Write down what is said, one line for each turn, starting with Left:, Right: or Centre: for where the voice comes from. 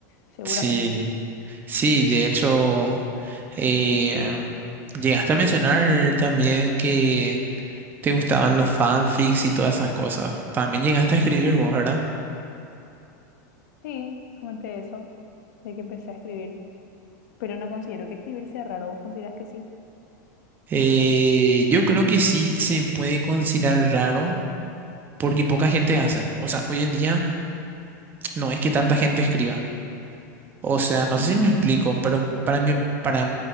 Left: seguramente.
Right: Sí, sí, de hecho, eh, llegaste a mencionar también que te gustaban los fanfics y todas esas cosas. También llegaste a escribir vos, ¿verdad?
Left: Sí, comenté eso, de que empecé a escribir, pero no considero que escribir sea raro, ¿vos considerás que sí?
Right: Eh, yo creo que sí se puede considerar raro porque poca gente hace. O sea, hoy en día no es que tanta gente escriba. O sea, no
Left: Mm,
Right: sé si me explico, pero para mí, para,